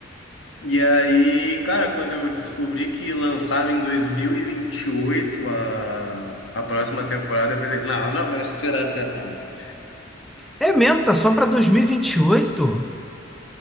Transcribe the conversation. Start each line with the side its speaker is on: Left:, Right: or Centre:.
Left: E aí, cara, quando eu descobri que lançava em dois mil e e vinte e oito a, a próxima temporada, eu pensei, não, não vai esperar até lá, cara.
Centre: É mesmo, tá só pra 2028?